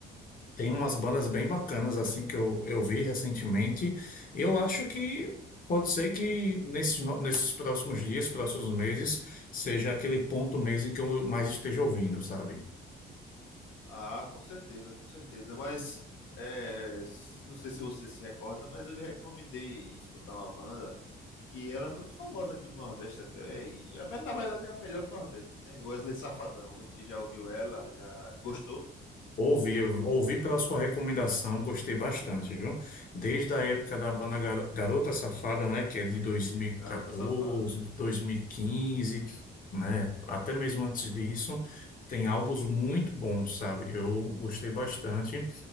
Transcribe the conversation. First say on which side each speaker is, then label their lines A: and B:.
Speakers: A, on the left; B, on the left.
A: Tem umas bandas bem bacanas assim que eu, eu vi recentemente. Eu acho que pode ser que nesses, no- nesses próximos dias, próximos meses, seja aquele ponto mês em que eu mais esteja ouvindo, sabe?
B: Ah, com certeza, com certeza. Mas é, s- não sei se você se recorda, mas eu lhe recomendei escutar uma banda que ela é muito famosa aqui no Nordeste até, e a me- na verdade é a melhor do Nordeste, né? Wesley Safadão. Você já ouviu ela? Já gostou?
A: Ouvi, eu ouvi pela sua recomendação, gostei bastante, viu? Desde a época da banda Gar- Garota Safada, né, que é de 2014,
B: Garota Safada.
A: de 2015, né, até mesmo antes disso, tem álbuns muito bons, sabe? Eu gostei bastante.